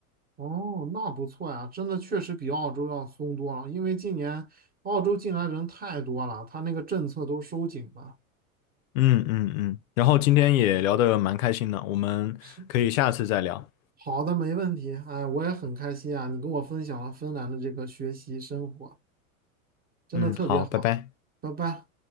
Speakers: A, on the right; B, on the left.
A: 哦，那不错呀，真的确实比澳洲要松多了。因为今年澳洲进来人太多了，他那个政策都收紧了。
B: 嗯嗯嗯，然后今天也聊的蛮开心的，我们可以下次再聊。
A: 是，好的，没问题。哎，我也很开心啊，你跟我分享了芬兰的这个学习生活，真的特别好。
B: 嗯，好，拜拜。
A: 拜拜。